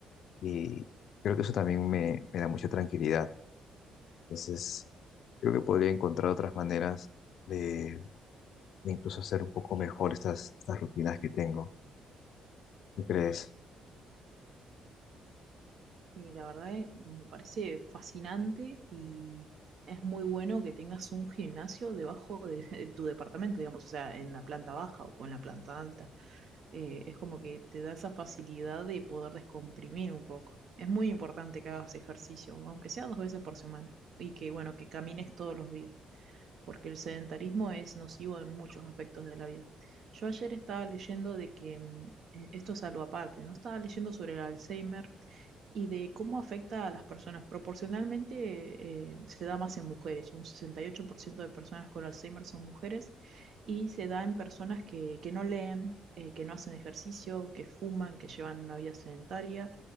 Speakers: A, on the left; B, on the right.
A: y creo que eso también me, me da mucha tranquilidad. Entonces, creo que podría encontrar otras maneras de, de incluso hacer un poco mejor estas, estas rutinas que tengo. ¿Qué crees?
B: Y la verdad eh, me parece fascinante y es muy bueno que tengas un gimnasio debajo de, <laughs> de tu departamento, digamos, o sea, en la planta baja o en la planta alta. eh, es como que te da esa facilidad de poder descomprimir un poco. Es muy importante que hagas ejercicio, aunque sea dos veces por semana, y que, bueno, que camines todos los días, porque el sedentarismo es nocivo en muchos aspectos de la vida. Yo ayer estaba leyendo de que, mm, eh, esto es algo aparte, ¿no? Estaba leyendo sobre el Alzheimer y de cómo afecta a las personas. Proporcionalmente eh, se da más en mujeres, un 68% de personas con Alzheimer son mujeres y se da en personas que, que no leen, eh, que no hacen ejercicio, que fuman, que llevan una vida sedentaria